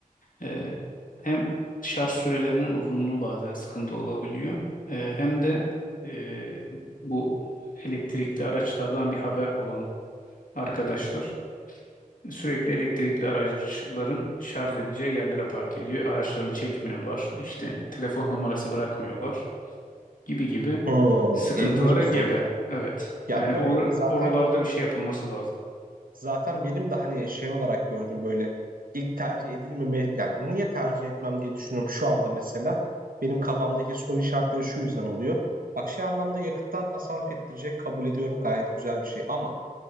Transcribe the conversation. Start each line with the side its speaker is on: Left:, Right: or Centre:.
Left: e, hem şarj sürelerinin uzunluğu bazen sıkıntı olabiliyor E, hem de e, bu elektrikli araçlardan bir haber olan arkadaşlar Sürekli elektrikli araçların şarj edeceği yerlere park ediyor. Araçlarını çekmiyorlar. İşte telefon numarası bırakmıyorlar gibi gibi
Right: Hmm,
Left: sıkıntılara
Right: ilginç bir
Left: gebe.
Right: soru.
Left: Evet.
Right: Ya
Left: Yani
Right: tabii
Left: or
Right: zaten
Left: oralarda bir şey yapılması lazım.
Right: zaten benim de hani şey olarak gördüm böyle ilk tercih edilmeme yani niye tercih etmem diye düşünüyorum şu anda mesela. Benim kafamdaki soru işaretleri şu yüzden oluyor. Bak şey anlamda yakıttan tasarruf ettirecek kabul ediyorum gayet güzel bir şey ama